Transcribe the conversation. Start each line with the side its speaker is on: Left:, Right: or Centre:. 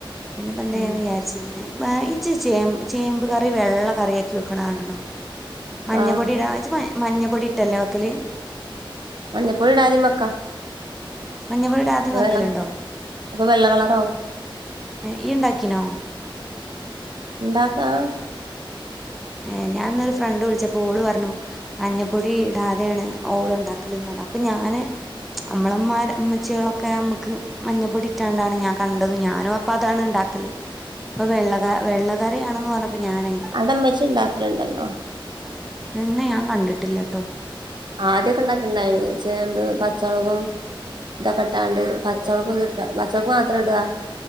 Centre: പിന്നെ ഇപ്പ എന്ത ചെയ്യാൻ
Right: ഉം
Centre: വിചാരി വിചാരിരുന്നാ ഇജ്ജ് ച്ചെ ചേമ്പ് കറി വെള്ള കറിയക്കി വെക്കണ കണ്ടണോ മഞ്ഞ
Right: ആഹ്
Centre: പൊടി ഇടാ ഇജ്ജ് മഞ്ഞ പൊടി ഇട്ടല്ലേ വെക്കല്
Right: മഞ്ഞപ്പൊടി ഇടാതെയും വെക്കാം
Centre: മഞ്ഞപ്പൊടി ഇടാതെയും വയ്ക്കൽ
Right: വെള്ളം
Centre: ഉണ്ടോഏ
Right: അപ്പൊ വെള്ള കളറാവും
Centre: ഇയ് ഇണ്ടാകിനോ
Right: ഉണ്ടാക്കാം
Centre: ഏ ഞാൻന്നൊരു ഫ്രണ്ട് വിളിച്ചപ്പോ ഓള് പറഞ്ഞു മഞ്ഞപ്പൊടി ഇടാതെയാണ് ഓള ഉണ്ടാക്കലന്ന് പറഞ്ഞാൽ അപ്പൊ ഞാന് നമ്മളെ ഇമ്മര് ഉമ്മച്ചികളൊക്കെ നമ്മുക്ക് മഞ്ഞപ്പൊടിറ്റാണ്ടാണ് ഞാൻ കണ്ടത് ഞാനും അപ്പൊ അതാണ് ഉണ്ടാക്കല് ഇപ്പൊ വെള്ള വെള്ളകറിആണെന്ന് പറഞ്ഞപ്പോ ഞാനേ
Right: അത് ഉമ്മച്ചി ഇണ്ടാക്കൽ ഇണ്ടല്ലോ
Centre: ഇന്ന ഞാൻ കണ്ടിട്ടില്ല കേട്ടോ
Right: ആദ്യമൊക്കെ ഇണ്ടാക്കണ്ടായിനി ചേമ്പ് പച്ചമുളകും ഇതൊക്കെ ഇട്ടാണ്ട് പച്ചമുളക് ഇതിട്ടാ പച്ചമുളക് മാത്രം ഇടുക.